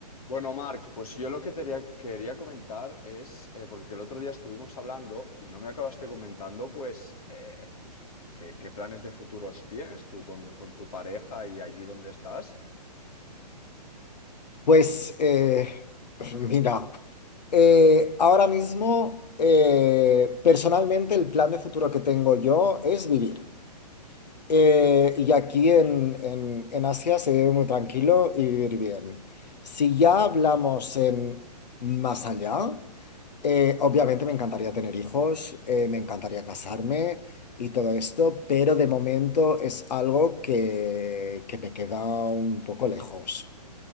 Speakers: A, on the left; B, on the left.
A: Bueno, Marc, pues yo lo que te quería comentar es, eh, porque el otro día estuvimos hablando y no me acabaste comentando, pues, eh, pues, qué, qué planes de futuros tienes tú con, con tu pareja y allí donde estás.
B: Pues eh, <laughs> mira, eh, ahora mismo eh, personalmente el plan de futuro que tengo yo es vivir. Eh, y aquí en, en- en Asia se vive muy tranquilo y vivir bien. Si ya hablamos en más allá, eh, obviamente me encantaría tener hijos, eh, me encantaría casarme y todo esto, pero de momento es algo que, que me queda un poco lejos.